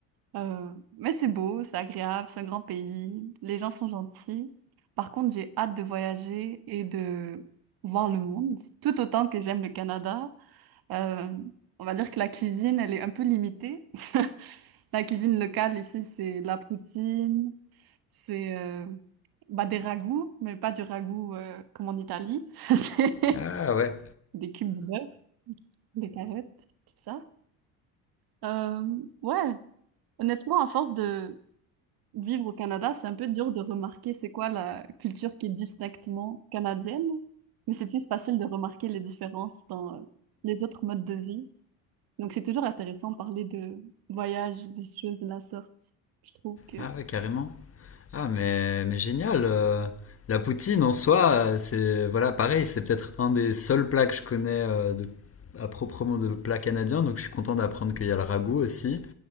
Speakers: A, on the right; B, on the left.
A: euh, mais c'est beau, c'est agréable, c'est un grand pays. Les gens sont gentils. Par contre, j'ai hâte de voyager et de voir le monde, tout autant que j'aime le Canada. Euh, on va dire que la cuisine, elle est un peu limitée. <laughs> La cuisine locale ici, c'est la poutine. C'est euh, bah, des ragoûts, mais pas du ragoût euh, comme en Italie. <laughs> C'est
B: Ah ouais,
A: des cubes de bœuf, des carottes, tout ça. Euh, ouais, honnêtement, à force de vivre au Canada, c'est un peu dur de remarquer c'est quoi la culture qui est distinctement canadienne, mais c'est plus facile de remarquer les différences dans euh, les autres modes de vie. Donc c'est toujours intéressant de parler de voyage, des choses de la sorte. Je trouve que...
B: ah ouais, carrément. Ah, mais, mais génial. euh, la poutine en soi, euh, c'est voilà, pareil, c'est peut-être un des seuls plats que je connais euh, de, à proprement de plats canadiens, donc je suis content d'apprendre qu'il y a le ragoût aussi.